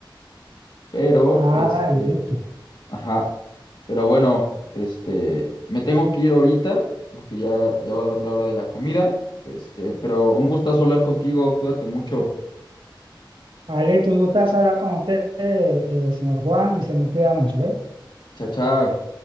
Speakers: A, on the left (about 65°); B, on the right (about 80°).
A: Pero,
B: Ah,
A: este,
B: listo.
A: ajá, pero bueno, este, me tengo que ir ahorita porque ya, ya va a dar la hora de la comida. Este, pero un gustazo hablar contigo, cuídate mucho.
B: Ah, listo, un gustazo hablar con usted, eh, eh, señor Juan, y se me cuida mucho, ¿eh?
A: Chao, chao.